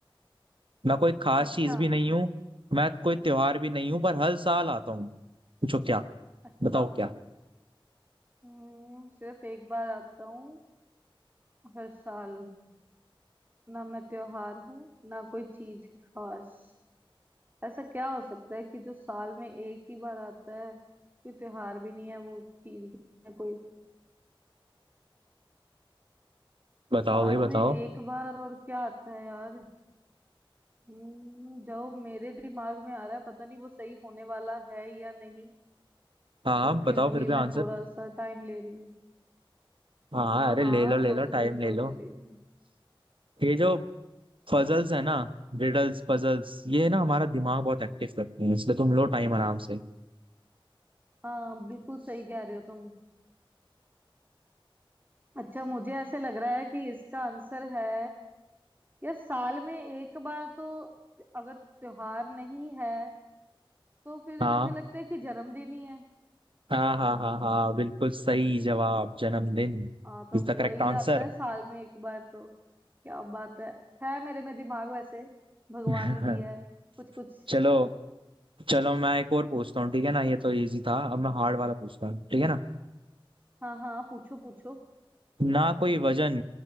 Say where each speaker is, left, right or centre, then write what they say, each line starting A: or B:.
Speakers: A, on the right; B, on the right.
A: मैं कोई खास
B: अच्छा
A: चीज भी नहीं हूँ मैं कोई त्योहार भी नहीं हूँ पर हर साल आता हूँ पूछो क्या
B: अच्छा
A: बताओ क्या
B: हम्म, सिर्फ एक बार आता हूँ हर साल ना मैं त्योहार हूँ ना कोई चीज खास ऐसा क्या हो सकता है कि जो साल में एक ही बार आता है कोई त्योहार भी नहीं है वो चीज भी नहीं है कोई
A: बताओ
B: साल
A: भाई
B: में
A: बताओ
B: एक बार और क्या आता है यार हम्म, जो मेरे दिमाग में आ रहा है पता नहीं वो सही होने वाला है या नहीं
A: हाँ हाँ
B: पर
A: बताओ
B: फिर भी
A: फिर भी
B: मैं
A: आंसर
B: थोड़ा सा टाइम ले रही हूँ
A: हाँ
B: हाँ
A: अरे
B: हाँ
A: ले लो
B: सोच
A: ले लो
B: रही
A: टाइम
B: हूँ सोच
A: ले लो
B: रही हूँ
A: ये जो पजल्स है ना रिडल्स पजल्स ये ना हमारा दिमाग बहुत एक्टिव करती है इसलिए तुम लो टाइम आराम से
B: हाँ बिल्कुल सही कह रहे हो तुम अच्छा मुझे ऐसे लग रहा है कि इसका आंसर है यार साल में एक बार तो अगर त्योहार नहीं है तो फिर
A: हाँ
B: मुझे लगता है कि जन्मदिन ही है
A: हाँ हाँ हाँ हाँ बिल्कुल सही जवाब जन्मदिन
B: हाँ तो
A: इज
B: वही
A: द करेक्ट आंसर
B: आता है साल में एक बार तो क्या बात है है मेरे में दिमाग वैसे भगवान
A: <laughs>
B: ने दिया है कुछ कुछ
A: चलो चलो मैं एक और पूछता हूँ ठीक है ना ये तो इजी था अब मैं हार्ड वाला पूछता हूँ ठीक है ना
B: हाँ हाँ पूछो पूछो
A: ना कोई वजन